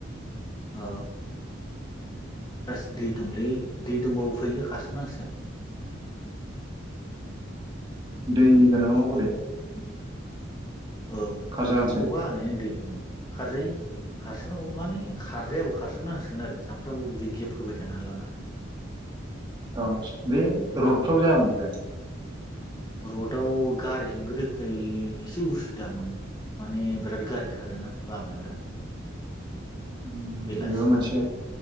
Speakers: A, on the left; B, on the right.
A: औ <unintelligible> दै दंलै दै दंबाबो उफाय गैया खारसाबनांसिगोन
B: दै गोनाङाव बोरै
A: <inaudible> औ
B: खारजागोनसो
A: बोथोराव अखा हानायानो दै खारजायो खारसोम माने खारजायाबो खारसोमनांसिगोन आरो सानफ्रामबो बिदि गेब होबाय थानो हालाना।
B: औ बे रडफ्राव जायामोन बे
A: रडाव गारि होंगो दोखै एसे उसुबिदा मोनो माने बिराद गारि खारोना लामायाव दा
B: उम
A: बेलासिबा
B: बेबो मोनसे